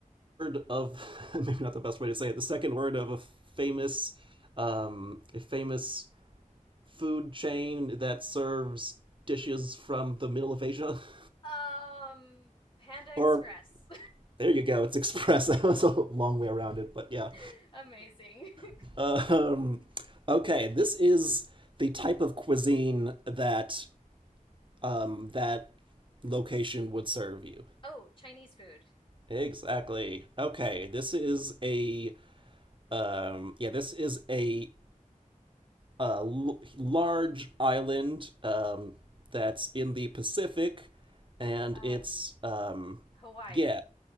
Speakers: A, on the right; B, on the left.
A: word of <laughs> maybe not the best way to say it. The second word of a famous um, a famous food chain that serves dishes from the middle of Asia. <laughs>
B: Um, Panda Express.
A: Or there you go, it's express. <laughs> That was a long way around it, but yeah.
B: <laughs> Amazing. <laughs>
A: <laughs> um, okay, this is the type of cuisine that um, that location would serve you.
B: Oh, Chinese food.
A: Exactly. Okay, this is a um, yeah, this is a a l- large island um, that's in the Pacific, and
B: Um,
A: it's um,
B: Hawaii.
A: yeah,